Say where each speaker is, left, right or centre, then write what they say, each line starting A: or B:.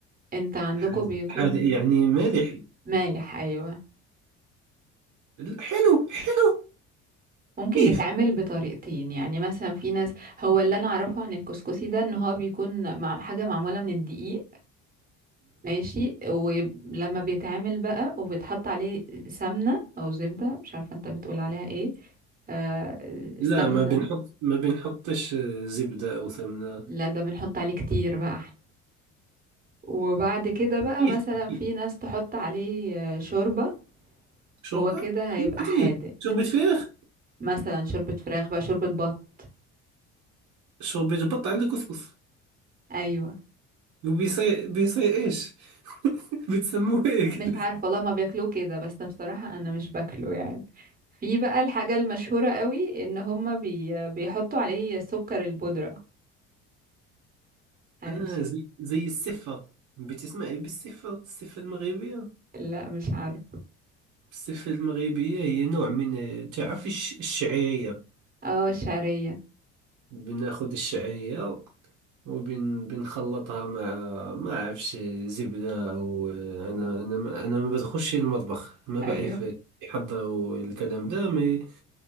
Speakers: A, on the right; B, on the right.
A: انت عندكم
B: هذا
A: بيكون
B: هذا يعني مالح
A: مالح ايوه
B: حلو حلو
A: ممكن
B: كيف
A: يتعمل بطريقتين يعني مثلا في ناس هو اللي انا اعرفه عن الكسكسي ده ان هو بيكون مع حاجه معموله من الدقيق ماشي ولما بيتعمل بقى وبيتحط عليه سمنه او زبده مش عارفه انت بتقول عليها ايه آه
B: لا
A: سمنه
B: ما بنحط ما بنحطش زبدة أو سمنة
A: لا ده بنحط عليه كتير بقى احلى وبعد كده بقى
B: كيف
A: مثلا
B: كيف
A: في ناس تحط عليه آه، شوربه
B: شوربة
A: هو كده
B: شوربة
A: هيبقى حادق
B: إيه شوربة فراخ
A: مثلا شوربه فراخ بقى شوربه بط
B: شوربة بط على كسكس
A: ايوه
B: وبيصير بيصير إيش <laughs> بتسموه هيك
A: مش عارفه والله ما بياكلوه كده بس بصراحه انا مش باكله يعني في بقى الحاجه المشهوره قوي ان هما بي... بيحطوا عليه سكر البودره عارف
B: آه
A: س-
B: زي زي السفة بتسمعي بالسفة السفة المغربية
A: لا مش عارف
B: السفة المغربية هي نوع من تعرف الش- الشعيرية
A: اه الشعريه
B: بناخد الشعيرية وبنخلطها مع ما عرفش زبدة أو أنا أنا ما- أنا ما بدخلش المطبخ ما
A: ايوه
B: بعرف يحضروا الكلام ده مي